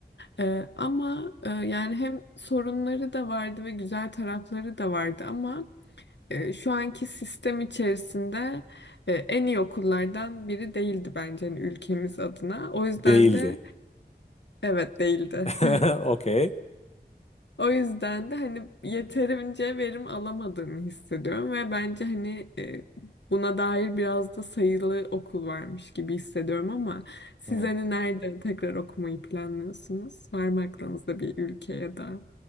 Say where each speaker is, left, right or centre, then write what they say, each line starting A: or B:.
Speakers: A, on the left; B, on the left.
A: E, ama e, yani hem sorunları da vardı ve güzel tarafları da vardı ama e, şu anki sistem içerisinde e, en iyi okullardan biri değildi bence hani ülkemiz adına. O yüzden
B: Değildi.
A: de evet değildi.
B: <laughs>
A: <laughs>
B: Okey.
A: O yüzden de hani yeterince verim alamadığımı hissediyorum ve bence hani e, buna dair biraz da sayılı okul varmış gibi hissediyorum ama siz
B: Hı.
A: hani nerede tekrar okumayı planlıyorsunuz? Var mı aklınızda bir ülke ya da